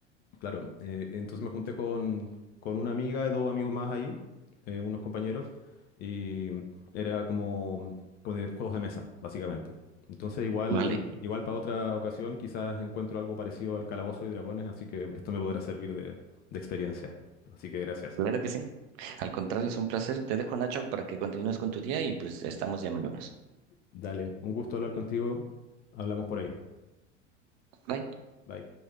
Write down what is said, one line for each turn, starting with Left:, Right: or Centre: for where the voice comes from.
Left: Claro, eh, entonces me junté con, con una amiga y dos amigos más ahí, eh, unos compañeros, y era como, como de juegos de mesa, básicamente. Entonces igual,
Right: Vale.
Left: igual para otra ocasión quizás encuentro algo parecido al Calabozo y Dragones, así que esto me podrá servir de, de experiencia. Así que gracias.
Right: Claro que sí. Al contrario, es un placer. Te dejo, Nacho, para que continúes con tu día y pues estamos llamándonos.
Left: Dale, un gusto hablar contigo. Hablamos por ahí.
Right: Bye.
Left: Bye.